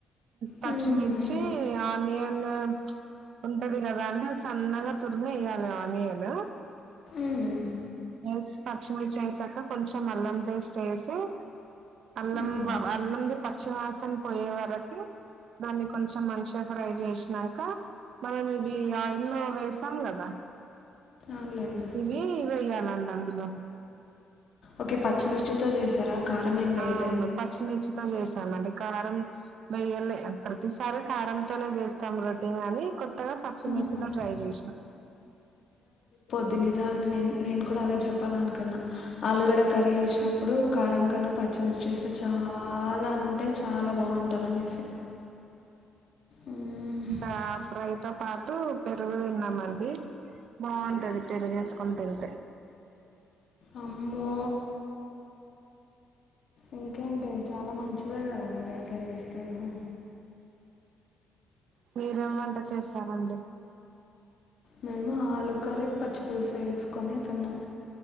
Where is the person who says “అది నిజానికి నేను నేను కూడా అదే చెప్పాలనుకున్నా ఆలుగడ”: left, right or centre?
Left